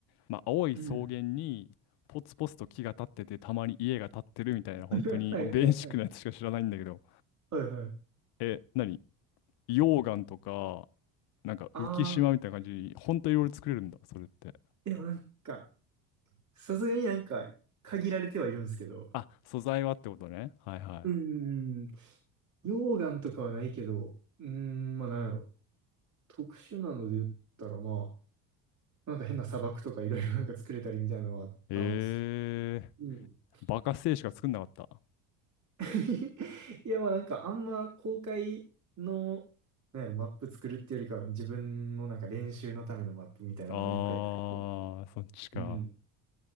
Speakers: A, on the left; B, on the right.
A: まあ、青い草原にポツポツと木が立っててたまに家が建ってるみたいな本当にベーシックなやつしか知らないんだけど
B: うん。<laughs> はいはいはい。はいはい。
A: え何溶岩とかなんか浮島みたいな感じに本当いろいろ作れるんだそれって
B: ああ。でもなんか、さすがになんか、限られてはいるんですけど、
A: あ素材はってことねはいはい
B: うーん、溶岩とかはないけど、うーん、まあなんやろ。特殊なので言ったらまあ、なんか変な砂漠とかいろいろなんか作れたりみたいなのはあったんですけど。
A: えー、
B: うん。
A: バカステージしか作んなかった
B: <laughs> いやまあなんかあんま公開の、なんやろ、マップ作るっていうよりかは自分のなんか練習のためのマップみたいなのをいっぱい作ってる。
A: あーそっちか
B: うん。